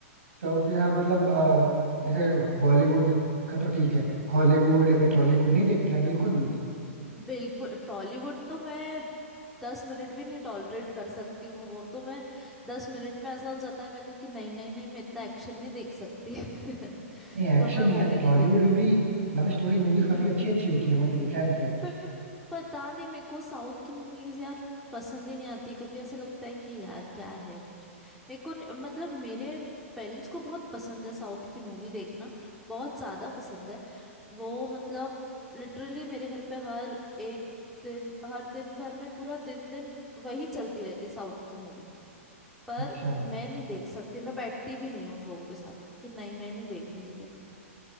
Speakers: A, on the right; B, in the centre.
A: तो फिर आप मतलब अ, जैसे बॉलीवुड का तो ठीक है हॉलीवुड या फिर टॉलीवुड नहीं देखते हैं बिल्कुल भी
B: बिल्कुल टॉलीवुड तो मैं दस मिनट भी नहीं टॉलरेट कर सकती हूँ वो तो मैं दस मिनट में ऐसा हो जाता है मेरे को कि नहीं नहीं नहीं मैं इतना एक्शन नहीं देख सकती <laughs>
A: नहीं एक्शन
B: तो मैं
A: नहीं
B: वो
A: है
B: भी नहीं
A: टॉलीवुड
B: देखती
A: में भी लव स्टोरी मूवीज
B: हम्म
A: काफी अच्छी अच्छी होती है मैंने देखा है इनफैक्ट
B: पर पता नहीं मेरे को साउथ की मूवीज यार पसंद ही नहीं आती कभी ऐसा लगता है कि यार क्या है कुछ भी। मेरे को न- मतलब मेरे पेरेंट्स को बहुत पसंद है साउथ की मूवी देखना बहुत ज्यादा पसंद है वो मतलब लिटरली मेरे घर पे हर एक दिन हर दिन भर में पूरा दिन दिन वही चलती रहती है साउथ की मूवी पर
A: अच्छा
B: मैं नहीं देख सकती मैं बैठती भी नहीं हूँ उन लोगों के साथ कि नहीं मैं नहीं देखूंगी ये